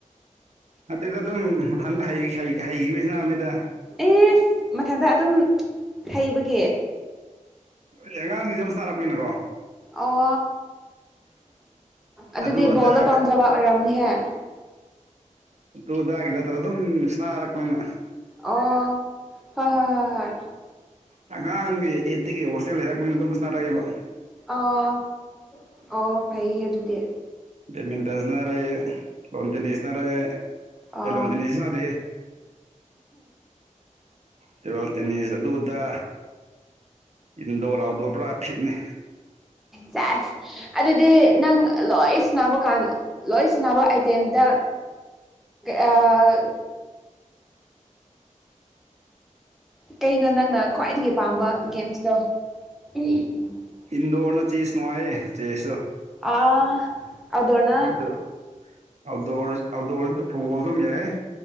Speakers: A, on the right; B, in the centre.
A: ꯅꯠꯇꯦꯗ ꯑꯗꯨꯝ ꯃꯊꯟꯇ ꯍꯩ ꯍꯩꯈꯤꯕꯩ ꯁꯥꯟꯅꯕꯅꯤꯗ
B: ꯏꯁ ꯃꯊꯟꯗ ꯑꯗꯨꯝ ꯍꯩꯕꯒꯤ
A: ꯑꯦ ꯑꯉꯥꯡꯅꯤ ꯑꯗꯨꯝ ꯁꯥꯅꯥꯔꯛꯄꯅꯤꯅꯀꯣ
B: ꯑꯣ ꯑꯗꯨꯗꯤ
A: ꯑꯗꯨ ꯑꯗꯥ
B: ꯕꯣꯜꯗꯣ ꯄꯥꯝꯖꯕ ꯑꯣꯏꯔꯝꯅꯤꯍꯦ
A: ꯇꯨꯗꯥꯒꯤ ꯅꯠꯇꯕ ꯑꯗꯨꯝ ꯁꯥꯅꯥꯔꯛꯄꯅꯤꯅ
B: ꯑꯣ ꯍꯣꯏ ꯍꯣꯏ ꯍꯣꯏ ꯍꯣꯏ
A: ꯑꯉꯥꯡꯒꯤ ꯑꯦꯠꯇꯒꯤ ꯍꯣꯔꯁꯦꯜ ꯂꯩꯔꯛꯄꯅꯤꯅ ꯑꯗꯨꯝ ꯁꯥꯅꯔꯛꯑꯦꯕ
B: ꯑꯣ ꯑꯣ ꯐꯩꯍꯦ ꯑꯗꯨꯗꯤ
A: ꯕꯦꯠꯃꯤꯟꯇꯟ ꯁꯥꯅꯔꯛꯑꯦ ꯂꯣꯟꯗ ꯇꯅꯁꯤꯅꯔꯦ
B: ꯑꯣ
A: ꯑꯦ ꯂꯣꯟꯗꯤꯅꯤꯁꯤꯅꯗꯦ ꯇꯦꯕꯜ ꯇꯦꯅꯤꯁ ꯑꯗꯨ ꯑꯗ ꯏꯟꯗꯣꯔ ꯑꯥꯎꯠꯗꯣꯔ ꯄꯨꯔꯥ ꯐꯤꯠꯅꯦ
B: ꯆꯥꯏ ꯑꯗꯨꯗꯤ ꯅꯪ ꯂꯣꯏ ꯁꯅꯕ ꯀꯥꯟ ꯂꯣꯏ ꯁꯅꯕ ꯑꯥꯏꯇꯦꯝꯗ ꯑꯥ ꯀꯩꯅꯣ ꯅꯪꯅ ꯈ꯭ꯋꯥꯏꯗꯒꯤ ꯄꯥꯝꯕ ꯒꯦꯝꯁꯇꯣ ꯎꯝ
A: ꯏꯟꯗꯣꯔꯅ ꯆꯦꯁ ꯅꯨꯡꯉꯥꯏꯌꯦ ꯆꯦꯁꯇꯣ
B: ꯑꯥ ꯑꯗꯣꯅ
A: ꯑꯗꯨ ꯑꯥꯎꯠꯗꯣꯔ ꯑꯥꯎꯠꯗꯣꯔ ꯐꯨꯠꯕꯣꯜ ꯑꯗꯨꯝ ꯌꯥꯏ